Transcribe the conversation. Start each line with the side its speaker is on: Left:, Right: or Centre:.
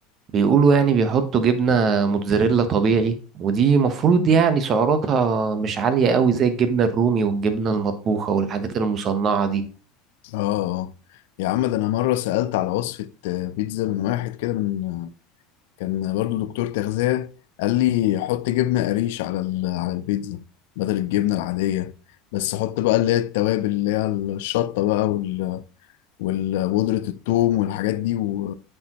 Right: بيقولوا يعني بيحطوا جبنة موتزاريلا طبيعي ودي مفروض يعني سعراتها مش عالية قوي زي الجبنة الرومي والجبنة المطبوخة والحاجات المصنعة دي
Left: اه آه. يا عم ده انا مره سالت على وصفه آه، بيتزا من واحد كده من كان برضو دكتور تغذية قال لي حط جبنة قريش على ال- على البيتزا بدل الجبنة العادية بس حط بقى اللي هي التوابل اللي هي الشطة بقى وال... وال- وبودرة الثوم والحاجات دي و